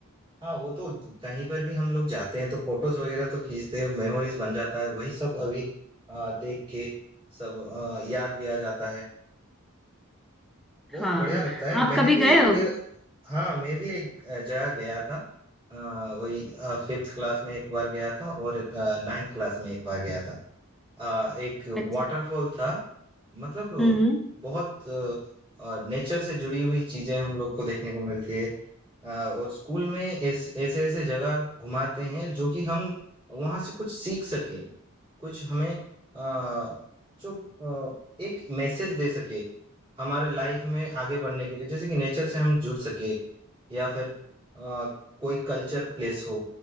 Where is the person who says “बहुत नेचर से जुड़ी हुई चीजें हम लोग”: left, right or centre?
Right